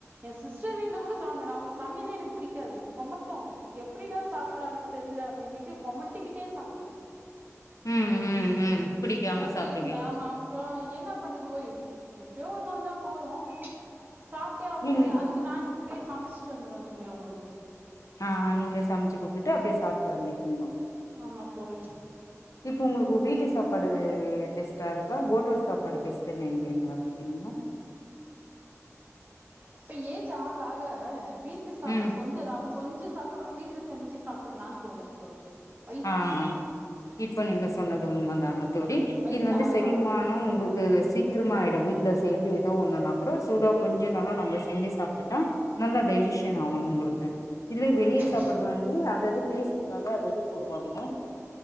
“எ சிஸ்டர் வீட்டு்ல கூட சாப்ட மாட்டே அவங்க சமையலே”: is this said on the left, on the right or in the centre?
Right